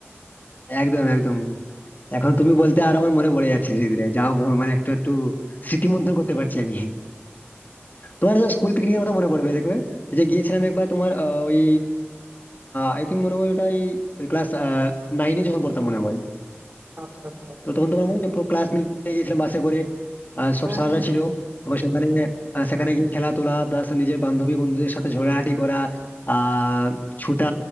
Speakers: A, on the left (about 40°); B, on the right (about 35°).
A: একদম একদম এখন তুমি বলতে আর আমার মনে পড়ে যাচ্ছে ধীরে ধীরে যাও ভ- মানে একটু একটু স্মৃতি মন্থন করতে পারছি আমি তোমার স্কুল পিকনিকের কথা মনে পড়বে দেখবে ওই যে গিয়েছিলাম একবার তোমার আহ, ওই আই থিঙ্ক মনে হয় ওটা এই ক্লাস নাইনে যখন পড়তাম মনে হয়
B: আচ্ছা আচ্ছা
A: তো তখন তোমার মনে আছে পুরো ক্লাস মিলে গেছিলাম বাসে করে আর সব
B: হ্যাঁ
A: স্যাররা
B: হ্যাঁ হ্যাঁ
A: ছিল এবং সেখানে আহ, সেখানে গিয়ে খেলা তোলা প্লাস নিজের বান্ধবী বন্ধুদের সাথে ঝগড়াঝাটি করা আহ ছুটা